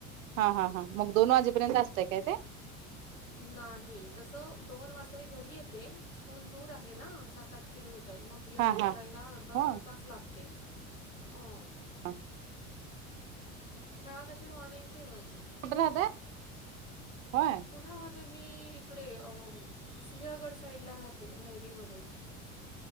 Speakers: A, on the right; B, on the left.
A: हा हा हां मग दोन वाजेपर्यंत असतंय काय ते
B: नाही तस दोन वाजता मी घरी येते स्कूल दूर आहे ना सात आठ किलोमीटर मग मी यायला
A: हा हा
B: जायला अर्धा अर्धा
A: हो.
B: तास लागते हो
A: हा
B: शळ तशी मॉर्निंगची हिमाच
A: कुठे राहताय? होय
B: पुण्यामध्ये मी इकडे अ सिहगड साईड ला राहते धायरी मध्ये